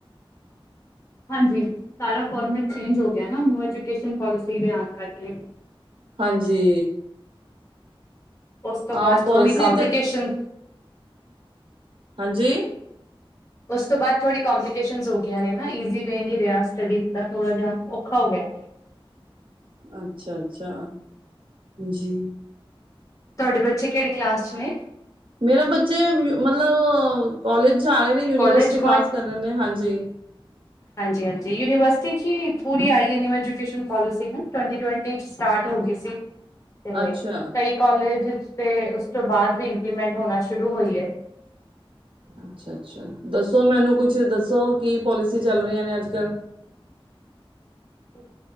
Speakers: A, on the left; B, on the right.
A: ਹਾਂਜੀ, ਸਾਰਾ ਫੋਰਮੈਟ ਚੇਂਜ ਹੋ ਗਿਆ ਨਾ, ਨਿਊ ਐਜੂਕੇਸ਼ਨ ਪੋਲਿਸੀ ਦੇ ਆਨ ਕਰਕੇ।
B: ਹਾਂਜੀ।
A: ਓਸ ਤੋਂ
B: ਹਾਂ
A: ਬਾਦ
B: ਪੋਲਿਸੀ
A: ਥੋੜ੍ਹੀ ਕੋਪਲੀਕੇਸ਼ਨ
B: ਤੇ ਹਾਂਜੀ
A: ਓਸ ਤੋਂ ਬਾਦ ਥੋੜ੍ਹੀ ਕੰਪਲੀਕੇਸ਼ਨਸ ਹੋ ਗਈਆਂ ਨੇ ਨਾ, ਈਜ਼ੀ ਵੇ ਨੀ ਰਿਹਾ ਸਟੱਡੀਜ਼ ਦਾ ਥੋੜ੍ਹਾ ਜਾ। ਔਖਾ ਹੋ ਗਿਆ।
B: ਅੱਛਾ-ਅੱਛਾ, ਜੀ।
A: ਤੁਹਾਡੇ ਬੱਚੇ ਕਿਹੜੀ ਕਲਾਸ 'ਚ ਨੇ?
B: ਮੇਰਾ ਬੱਚੇ ਮਤਲਬ ਕੋਲਜ ਜਾ ਰਹੇ ਨੇ, ਯੂਨੀਵਰਸਿਟੀ
A: ਕੋਲਜ
B: ਪਾਸ ਕਰ ਰੇ ਨੇ ਹਾਂਜੀ।
A: ਹਾਂਜੀ-ਹਾਂਜੀ, ਯੂਨੀਵਰਸਿਟੀ 'ਚ ਹੀ ਪੂਰੀ ਆਈ ਐ ਨਿਊ ਐਜੂਕੇਸ਼ਨ ਪੋਲਿਸੀ ਨਾ, ਟਵੈਂਟੀ-ਟਵੈਂਟੀ 'ਚ ਸਟਾਰਟ ਹੋ ਗੀ ਸੀ। ਤੇ
B: ਅੱਛਾ,
A: ਕਈ ਕਾਲਜ ਤੇ ਓਸ ਤੋਂ ਬਾਦ ਵੀ ਇੰਪਲੀਮੈਂਟ ਹੋਨਾ ਸ਼ੁਰੂ ਹੋਈ ਏ।
B: ਅੱਛਾ-ਅੱਛਾ, ਦੱਸੋ ਮੈਨੂੰ ਕੁਛ ਦੱਸੋ ਕੀ ਪੋਲਿਸੀ ਚੱਲ ਰਹੀਆਂ ਨੇ ਅੱਜ-ਕੱਲ?
A: <inaudible>